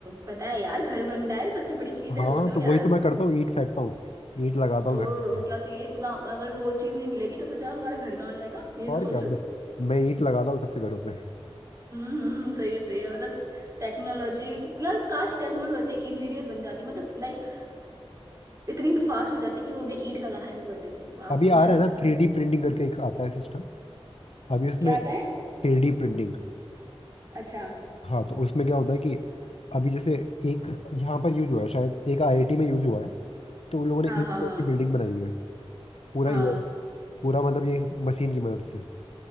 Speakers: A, on the right; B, on the left.
A: पता है यार घर बनता है सबसे बड़ी चीज है
B: हाँ
A: वो तो
B: तो
A: यार
B: वही तो मैं करता हूँ ईंट फेंकता हूँ ईंट लगाता हूँ
A: तो
B: घरों पे
A: और क्या चाहिए इतना अगर वो चीज नहीं मिलेगी तो बचा हमारा घर कहाँ जाएगा ये
B: और
A: तो सोचो
B: क्या मैं मैं ईंट लगाता हूँ सबके घरों पे
A: हम्म हम्म, सही है सही है मतलब टेक्नोलॉजी यार काश टेक्नोलॉजी इंजीनियर बन जाती मतलब लाइक इतनी फास्ट हो जाती कि वो भी ईंट लगाना शुरू कर देती वाह
B: अभी
A: मजा
B: आ
A: आ
B: रहा
A: जाता
B: है ना
A: यार
B: थ्री डी प्रिंटिंग करके एक आता है सिस्टम अभी उसमें
A: क्या आता है
B: थ्री डी प्रिंटिंग
A: अच्छा
B: हाँ तो उसमें क्या होता है कि अभी जैसे एक यहाँ पर यूज हुआ है शायद एक आईआईटी में यूज हुआ है तो उन लोगों ने
A: हाँ
B: एक
A: हाँ
B: फ्लोर
A: हाँ
B: की बिल्डिंग बनाई हुई है पूरा
A: हाँ
B: ये पूरा मतलब ये मशीन की मदद से